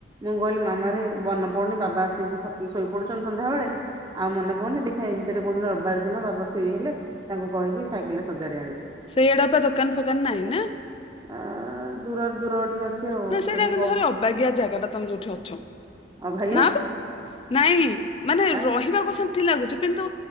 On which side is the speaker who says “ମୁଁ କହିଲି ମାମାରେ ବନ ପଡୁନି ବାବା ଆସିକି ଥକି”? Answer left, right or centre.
Right